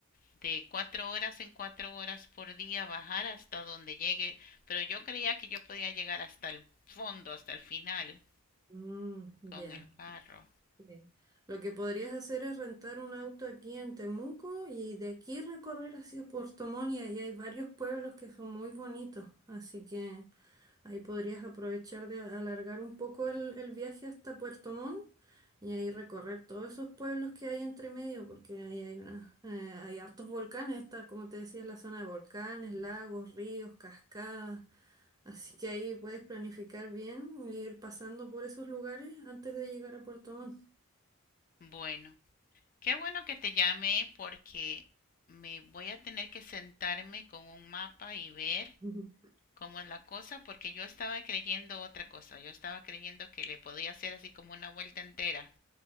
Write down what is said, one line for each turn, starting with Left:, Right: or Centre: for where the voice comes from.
Left: de cuatro horas en cuatro horas por día, bajar hasta donde llegue. Pero yo creía que yo podía llegar hasta el fondo, hasta el final
Right: mm,
Left: con
Right: ya.
Left: el carro.
Right: Sí. Lo que podrías hacer es rentar un auto aquí en Temuco y de aquí recorrer hacia Puerto Montt y ahí hay varios pueblos que son muy bonitos, así que ahí podrías aprovechar de alargar un poco el, el viaje hasta Puerto Montt y ahí recorrer todos esos pueblos que hay entre medio, porque ahí hay una, eh, hay hartos volcanes, está, como te decía, la zona de volcanes,
Left: Mm.
Right: lagos, ríos, cascadas. Así que ahí puedes planificar bien, e ir pasando por esos lugares antes de llegar a Puerto Montt.
Left: Bueno, qué bueno que te llamé porque me voy a tener que sentarme con un mapa y ver
Right: Ujú.
Left: cómo es la cosa porque yo estaba creyendo otra cosa. Yo estaba creyendo que le podía hacer así como una vuelta entera